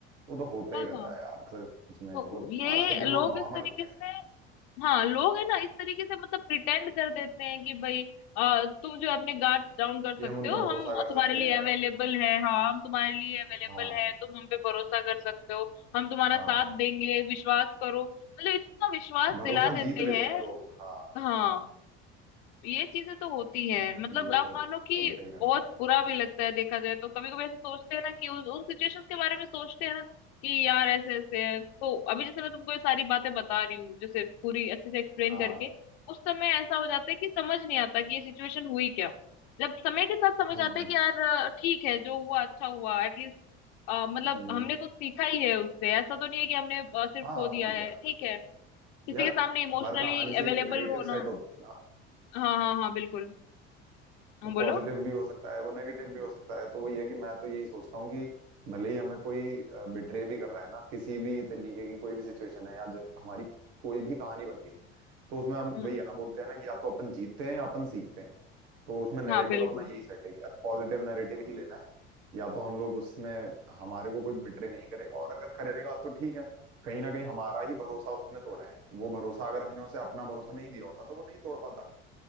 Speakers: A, on the right; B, on the left.
A: वो तो होता
B: हाँ
A: ही रहता
B: हाँ
A: है यार सच में
B: तो
A: मतलब
B: ये
A: आजकल तो
B: लोग
A: ये बहुत नॉर्मल
B: इस तरीके
A: हो गया
B: से
A: है
B: हाँ लोग है ना इस तरीके से मतलब प्रिटेंड कर देते हैं कि भाई अ, तुम जो अपने गार्ड डाउन कर
A: कि
B: सकते
A: हम उन
B: हो
A: पर भरोसा
B: हम
A: कर
B: तुम्हारे
A: सकते
B: लिए
A: हैं
B: अवेलेबल है हाँ हम तुम्हारे लिए अवेलेबल
A: हाँ
B: है तुम हम पे भरोसा कर सकते हो हम तुम्हारा
A: हाँ
B: साथ देंगे विश्वास करो मतलब इतना विश्वास
A: भरोसा
B: दिला देते
A: जीत लेते
B: हैं
A: हैं लोग हाँ
B: हाँ ये चीजें तो होती हैं
A: नहीं
B: मतलब
A: ये
B: आप
A: तो
B: मानो
A: चलता
B: कि
A: ही रहता
B: बहुत
A: है
B: बुरा भी लगता है देखा जाए तो कभी कभी ऐसा सोचते हैं ना कि उस उन सिचुएशंस के बारे में सोचते हैं ना कि यार ऐसे ऐसे है तो अभी जैसे मैं तुमको ये सारी बातें बता रही हूँ जैसे पूरी अच्छे से एक्सप्लेन
A: हाँ
B: करके उस समय ऐसा हो जाता है कि समझ नहीं आता कि ये सिचुएशन हुई क्या जब समय के साथ समझ
A: हम्म
B: आता है
A: हम्म
B: कि यार अ, ठीक है जो हुआ अच्छा हुआ एटलीस्ट मतलब
A: हम्म,
B: हमने कुछ सीखा ही है उससे ऐसा तो नहीं है कि हमने अ, सिर्फ
A: हाँ
B: खो दिया
A: और
B: है
A: क्या
B: ठीक है किसी
A: यार
B: के सामने इमोशनली
A: हर कहानी से
B: अवेलेबल
A: एक नैरेटिव
B: होना
A: सेट होता है ना
B: हाँ हाँ हाँ बिल्कुल हाँ
A: वो
B: बोलो
A: पॉजिटिव भी हो सकता है वो नेगेटिव भी हो सकता है तो वही है कि मैं तो यही सोचता हूँ कि भले ही हमें कोई बिट्रे भी कर रहा है ना किसी भी तरीके की कोई भी सिचुएशन है या जो हमारी कोई भी कहानी बन गई तो उसमें हम
B: हम्म
A: वही है ना बोलते हैं ना कि या तो अपन जीतते हैं या अपन सीखते हैं तो उसमें नैरेटिव
B: हाँ बिल्कुल
A: अपना यही सेट है कि यार पॉजिटिव नैरेटिव ही लेना है या तो हम लोग उसमें हमारे को कोई बिट्रे नहीं करेगा और अगर करेगा तो ठीक है कहीं ना कहीं हमारा ही भरोसा उसने तोड़ा है वो भरोसा अगर हमने उसे अपना भरोसा नहीं दिया होता तो वो नहीं तोड़ पाता